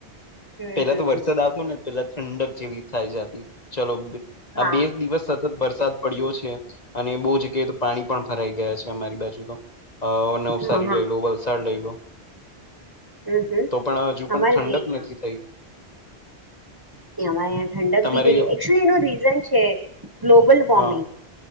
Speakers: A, on the right (about 20°); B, on the left (about 40°).
A: હમ હમ
B: પેલા તો
A: હમ
B: વરસાદ આવતો ને પેલા ઠંડક જેવી થાય જતી ચાલો
A: હા
B: આ બે દિવસ વરસાદ પડ્યો છે અને બહુ જગ્યાએ તો પાણી પણ ફરાઈ ગયા છે અમારી બાજુ તો અ નવસારી
A: હા હા
B: લઈ લો વલસાડ લઈ લો.
A: હમ હમ
B: તો પણ હજુ પણ
A: અમારે
B: ઠંડક
A: બી અહિયાં
B: નથી થઈ.
A: અમારે્યાં ઠંડક
B: તમારે
A: બી થઇ ગઈ એકચ્યુલી એનું રીઝન છે ગ્લોબલ વોર્મિંગ
B: હા